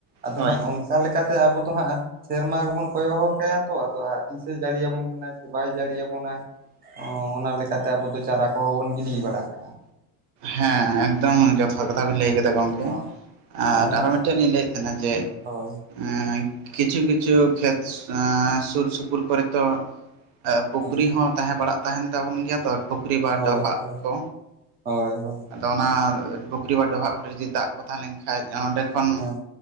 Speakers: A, on the right (about 25°); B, on the right (about 70°).
A: ᱟᱫᱚ
B: ᱦᱳᱭ
A: ᱦᱟᱸᱜ ᱚᱱ ᱠᱟ ᱞᱮᱠᱟᱛᱮ ᱟᱵᱚ ᱫᱚ ᱦᱟᱸᱜ ᱥᱮᱨᱢᱟ ᱜᱮᱵᱚᱱ ᱠᱚᱭᱚᱜ ᱦᱚᱨ ᱠᱟᱭᱟ ᱛᱚ ᱟᱫᱚ ᱛᱤᱥᱮ ᱡᱟᱹᱲᱤᱭᱟ ᱵᱚᱱ ᱠᱟᱱᱟᱭ ᱥᱮ ᱵᱟᱭ ᱡᱟᱹᱲᱤᱭᱟ ᱵᱚᱱᱟᱭ, ᱚᱱᱟ ᱞᱮᱠᱟᱛᱮ ᱟᱵᱚ ᱫᱚ ᱪᱟᱨᱟ ᱠᱚᱦᱚᱸ ᱵᱚᱱ ᱜᱤᱰᱤ ᱵᱟᱲᱟ ᱠᱟᱜᱼᱟ᱾
B: ᱦᱮᱸ ᱮᱠᱫᱚᱢ ᱡᱚᱛᱷᱟᱛ ᱠᱟᱛᱷᱟ ᱵᱤᱱ ᱞᱟᱹᱭ ᱠᱮᱫᱟ ᱜᱚᱝ ᱠᱮ,
A: ᱦᱳᱭ
B: ᱟᱨ
A: ᱟᱫᱚ ᱦᱟᱸᱜ
B: ᱟᱨᱚ ᱢᱤᱫᱴᱮᱡ ᱞᱤᱧ ᱞᱟᱹᱭᱮᱫ ᱛᱟᱦᱮᱱᱟ ᱡᱮ
A: ᱦᱳᱭ
B: ᱮᱸ ᱠᱤᱪᱷᱩ ᱠᱤᱪᱷᱩ ᱠᱷᱮᱛ ᱮᱸ ᱥᱩᱨ ᱥᱩᱯᱩᱨ ᱠᱚᱨᱮ ᱛᱚ ᱯᱩᱠᱷᱨᱤ
A: ᱦᱮᱸ
B: ᱦᱚᱸ ᱛᱟᱦᱮᱸ ᱵᱟᱲᱟᱜ ᱛᱟᱦᱮᱱ ᱛᱟᱵᱚᱱ ᱜᱮᱭᱟ ᱛᱚ ᱯᱩᱠᱷᱨᱤ ᱵᱟ
A: ᱦᱳᱭ
B: ᱰᱚᱵᱷᱟᱜ
A: ᱦᱳᱭ
B: ᱠᱚ᱾
A: ᱦᱳᱭ ᱦᱳᱭ᱾
B: ᱟᱫᱚ ᱚᱱᱟ ᱯᱩᱠᱷᱨᱤ ᱵᱟ ᱰᱚᱵᱷᱟᱜ ᱠᱚᱨᱮ ᱡᱩᱫᱤ ᱫᱟᱜ ᱠᱚ ᱛᱟᱦᱮᱸ ᱞᱮᱱᱠᱷᱟᱡ ᱚᱸᱰᱮ ᱠᱷᱚᱱ
A: ᱦᱮᱸ